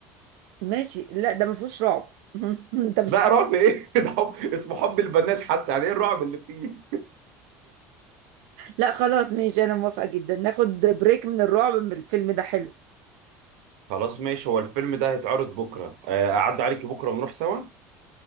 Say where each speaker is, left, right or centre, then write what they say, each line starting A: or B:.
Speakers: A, on the right; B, on the right.
A: ماشي لا ده ما فيهوش رعب <laughs> انت مش
B: لا رعب ايه <laughs> ده حب اسمه حب البنات حتى يعني ايه الرعب اللي فيه
A: لا خلاص ماشي انا موافقة جدا ناخد بريك من الرعب من الفيلم ده حلو
B: خلاص ماشي هو الفيلم ده هيتعرض بكره آه، اعدي عليك بكره ونروح سوا